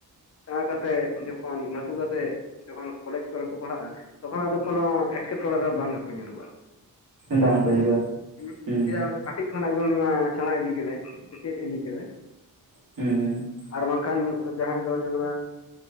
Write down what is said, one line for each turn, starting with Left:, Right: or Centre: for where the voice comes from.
Left: ᱥᱮᱲᱟ ᱠᱟᱛᱮ ᱡᱚᱠᱷᱚᱱ ᱞᱟᱹᱴᱩ ᱠᱟᱛᱮ ᱾ ᱡᱚᱠᱷᱚᱱ ᱠᱚᱞᱮᱡᱽ ᱠᱚᱨᱮ ᱠᱚ ᱯᱟᱲᱦᱟᱜᱼᱟ ᱛᱚᱠᱷᱚᱱ ᱟᱫᱚ ᱠᱚᱱᱳ ᱮᱴᱠᱮᱴᱚᱬᱮ ᱨᱮ ᱵᱟᱝ ᱜᱮ ᱠᱚ ᱧᱩᱨᱩᱜᱼᱟ ᱾
Right: ᱦᱩᱸ
Left: ᱦᱮ <unintelligible>
Right: ᱵᱟᱝ ᱠᱚ ᱧᱩᱨᱩᱜᱼᱟ ᱦᱩᱸ
Left: ᱥᱟᱨᱦᱟᱣ ᱾ ᱠᱷᱚᱱᱟᱜ ᱜᱮ ᱩᱱᱤ ᱢᱟ ᱥᱮᱬᱟ ᱤᱫᱤ ᱠᱮᱫᱟᱭ ᱪᱮᱫ ᱤᱫᱤ ᱠᱮᱫᱟᱭ
Right: ᱦᱩᱸ ᱾
Left: ᱟᱨ ᱵᱟᱝ ᱠᱷᱟᱱ ᱡᱟᱦᱟᱸᱭ ᱫᱚ ᱧᱮᱞ ᱢᱮ